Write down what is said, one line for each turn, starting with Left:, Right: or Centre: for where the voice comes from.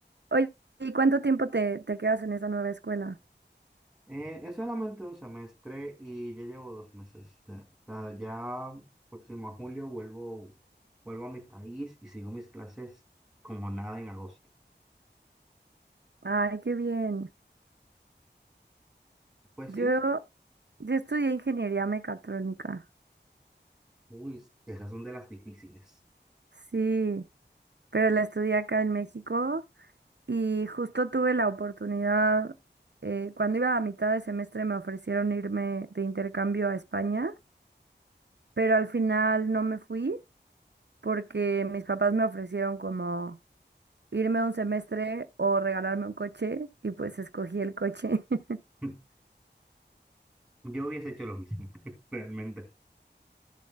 Right: Oye, ¿y cuánto tiempo te, te quedas en esa nueva escuela?
Centre: Eh, es solamente un semestre y ya llevo dos meses. O sea, ya próximo a julio vuelvo, vuelvo a mi país y sigo mis clases como nada en agosto.
Right: ¡Ay, qué bien!
Centre: Pues
Right: Yo,
Centre: sí,
Right: yo estudié ingeniería mecatrónica.
Centre: uy, esas son de las difíciles.
Right: Sí, pero la estudié acá en México Y justo tuve la oportunidad, eh, cuando iba a mitad de semestre me ofrecieron irme de intercambio a España, pero al final no me fui porque mis papás me ofrecieron como irme un semestre o regalarme un coche y pues escogí el coche. <laughs>
Centre: <laughs> Yo hubiese hecho lo mismo, <laughs> realmente.